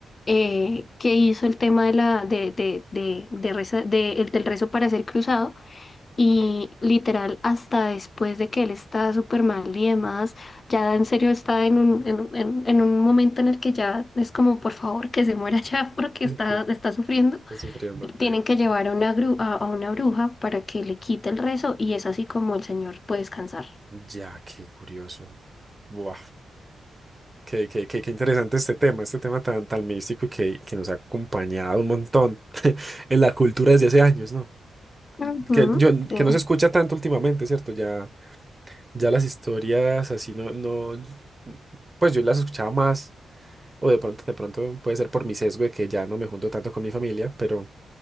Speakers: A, on the left; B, on the right.
A: eh, que hizo el tema de la, de, de, de, de reza- de- el- del rezo para ser cruzado y literal, hasta después de que él está súper mal y demás, ya en serio está en un, en, un en- en un momento en el que ya es como, por favor, que se muera ya <laughs> porque
B: Ok.
A: está, está sufriendo.
B: Está sufriendo, ok.
A: Tienen que llevar a una, gru- a, a una bruja para que le quite el rezo y es así como el señor puede descansar.
B: Ya, qué curioso. Buah, qué, qué- qué- qué interesante este tema, este tema tan, tan místico y que, que nos ha acompañado un montón en la cultura desde hace años, ¿no?
A: Ujú,
B: Que, yo,
A: sí.
B: que no se
A: <laughs>
B: escucha tanto últimamente, ¿cierto? Ya, ya las historias así no, no, pues yo las escuchaba más, o de pronto, de pronto puede ser por mi sesgo de que ya no me junto tanto con mi familia, pero...